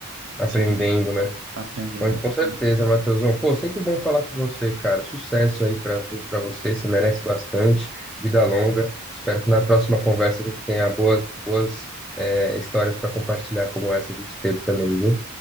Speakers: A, in the centre; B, on the right (about 55°).
A: Aprendendo,
B: sendo,
A: né?
B: aprendendo.
A: Com com
B: Exatamente.
A: certeza, Matheusão. Pô, sempre bom falar com você, cara. Sucesso aí pra tu, para você. Você merece bastante. Vida longa. Espero que na próxima conversa a gente tenha boas, boas é, histórias para compartilhar como essa a gente teve também, viu?